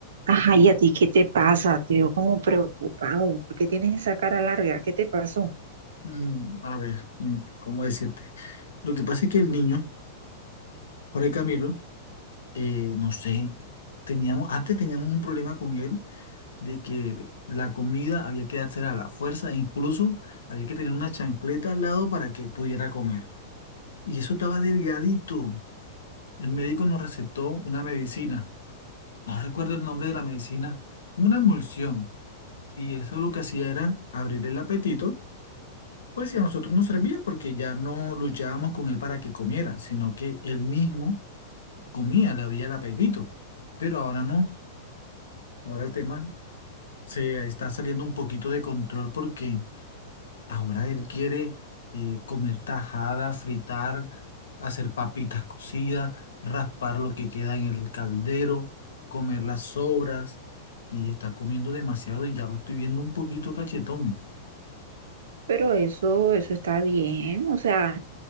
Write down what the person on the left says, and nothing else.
Mm, a ver, mm, ¿cómo decirte? Lo que pasa es que el niño, Jorge Camilo, eh, no sé, teníamos, antes teníamos un problema con él de que la comida había que dársela a la fuerza, e incluso había que tener una chancleta al lado para que pudiera comer. Y eso estaba delgadito. El médico nos recetó una medicina, no recuerdo el nombre de la medicina, una emulsión. Y eso lo que hacía era abrir el apetito Pues sí, a nosotros nos servía porque ya no luchábamos con él para que comiera, sino que él mismo comía, le abría el apetito. Pero ahora no, ahora el tema se está saliendo un poquito de control porque ahora él quiere eh, comer tajada, fritar, hacer papitas cocidas, raspar lo que queda en el caldero, comer las sobras y está comiendo demasiado y ya lo estoy viendo un poquito cachetón.